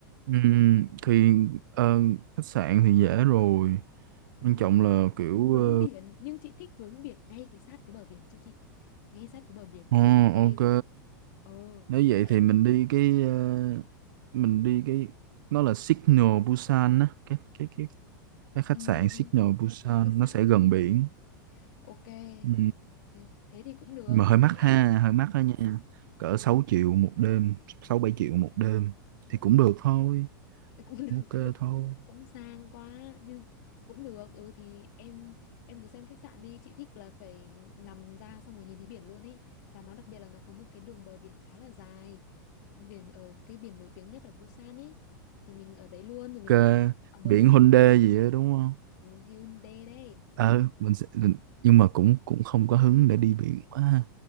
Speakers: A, on the right; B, on the left.
A: ừm, thì ờ, khách sạn thì dễ rồi
B: ừ.
A: quan trọng là kiểu
B: hướng
A: ờ,
B: biển nhưng chị thích hướng biển ngay cái sát cái bờ biển cho chị ngay sát cái bờ biển
A: ờ,
B: Haeundae
A: ok
B: cho chị ờ
A: nếu vậy
B: tại
A: thì mình đi cái ờ, mình đi cái nó là Signal Busan á cái cái cái cái khách
B: ừ.
A: sạn Signal Busan
B: cái khách sạn
A: nó sẽ gần
B: ờ
A: biển
B: ok
A: Ừ.
B: thế, thế thì cũng được
A: Nhưng Mà hơi
B: thế thì
A: mắc
B: em
A: ha, hơi mắc đó nha. Cỡ 6 triệu một đêm, 6 7 triệu một đêm thì cũng được thôi,
B: <laughs> cũng được
A: cũng ok
B: thôi
A: thôi.
B: cũng sang quá nhưng cũng được ừ thì em em cứ xem khách sạn đi chị thích là phải nằm ra xong rồi nhìn thấy biển luôn ý và nó đặc biệt là nó có một cái đường bờ biển khá là dài biển ở cái biển nổi tiếng nhất ở Busan ý thì mình ở đấy luôn rồi mình
A: Ok,
B: có thể ở bờ
A: biển
B: biển
A: Hyundai gì đó đúng không?
B: ừ, Hyundai đây
A: Ờ, mình, sẽ, mình nhưng mà cũng cũng không có hứng để đi biển quá. ha.